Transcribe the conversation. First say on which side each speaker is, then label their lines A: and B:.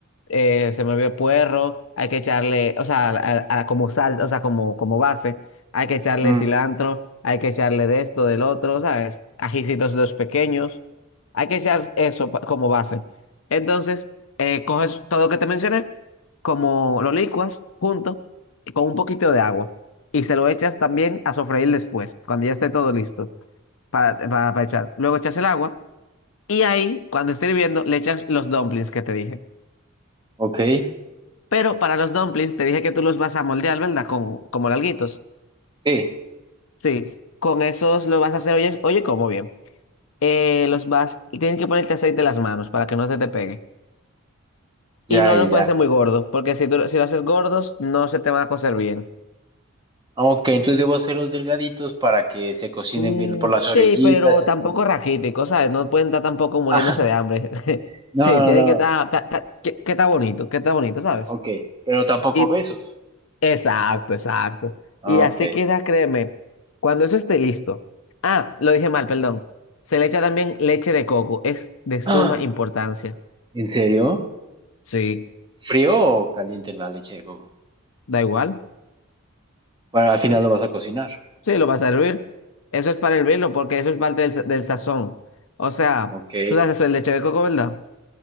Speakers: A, on the left; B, on the right.
A: eh, se me olvidó puerro, hay que echarle, o sea, a- a- como sal, o sea, como, como base, hay que echarle
B: Mm,
A: cilantro, hay que echarle de esto, del otro, ¿sabes? Ajicitos los pequeños. Hay que echar eso pa- como base. Entonces, eh, coges todo lo que te mencioné, como lo licuas junto y con un poquito de agua. Y se lo echas también a sofreír después, cuando ya esté todo listo para, para, para echar. Luego echas el agua y ahí, cuando esté hirviendo, le echas los dumplings que te dije.
B: ok.
A: Pero para los dumplings te dije que tú los vas a moldear, ¿verdad? Con, como larguitos.
B: Sí,
A: Sí, con esos lo vas a hacer, oye, oye, como bien. Eh, los vas y tienes que ponerte aceite en las manos para que no se te pegue.
B: ya,
A: Y no
B: ya,
A: lo
B: ya.
A: puedes hacer muy gordo, porque si, tú, si lo haces gordos, no se te van a cocer bien.
B: Ah, Ok, entonces debo hacerlos delgaditos para que se cocinen
A: Mm,
B: bien por las
A: sí,
B: orillitas
A: pero
B: y
A: tampoco
B: el centro.
A: raquítico, ¿sabes? No pueden estar tampoco muriéndose
B: Ah,
A: de
B: <laughs>
A: hambre. <laughs>
B: no,
A: Sí,
B: no,
A: tienen
B: no.
A: que estar, ta- ta- que, que está bonito, que está bonito, ¿sabes?
B: Ok, pero tampoco
A: Y,
B: besos.
A: exacto, exacto.
B: Ok.
A: Y así queda, créeme, cuando eso esté listo. Ah, lo dije mal, perdón. Se le echa también leche de coco, es de suma
B: Ah,
A: importancia.
B: ¿en serio?
A: Sí,
B: ¿Frío o caliente la leche de coco?
A: da igual.
B: Bueno, al final lo vas a cocinar.
A: Sí, lo vas a hervir. Eso es para hervirlo, porque eso es parte del, sa- del sazón. O sea,
B: Ok.
A: tú sabes hacer leche de coco, ¿verdad?